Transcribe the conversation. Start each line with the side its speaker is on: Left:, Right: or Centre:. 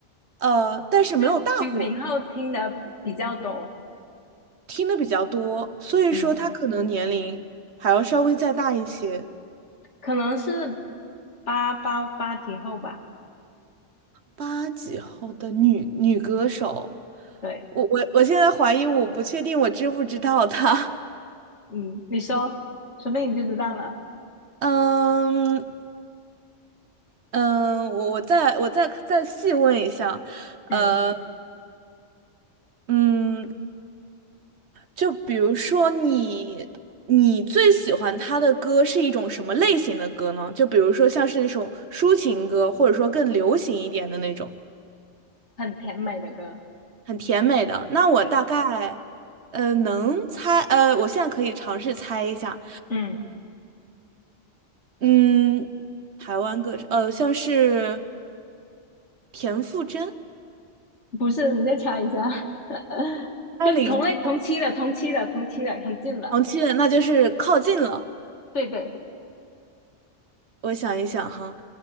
Right: 呃，但是没有大火过，
Left: 就九零后听的比较多，
Right: 听的比较多，所以说她可能年龄还要稍微再大一些。
Left: 嗯，可能是八八八几后吧，
Right: 八几后的女女歌手，
Left: 对，
Right: 我我我现在怀疑，我不确定我知不知道她。
Left: 嗯，你说，说不定你就知道了，
Right: <laughs> 嗯嗯，我我再我再再细问一下，呃
Left: 嗯，
Right: 嗯，就比如说你你最喜欢她的歌是一种什么类型的歌呢？就比如说像是那种抒情歌，或者说更流行一点的那种，
Left: 很甜美的歌，
Right: 很甜美的。那我大概
Left: 对，
Right: 呃能猜呃，我现在可以尝试猜一下。
Left: 嗯，
Right: 嗯，台湾歌手，呃，像是田馥甄、
Left: 不是，你再猜一下，<laughs>
Right: 艾琳、
Left: 跟同类同期的同期的同期的很近了，
Right: 哦黄绮蕾，那就是靠近了。
Left: 对对，
Right: 我想一想哈，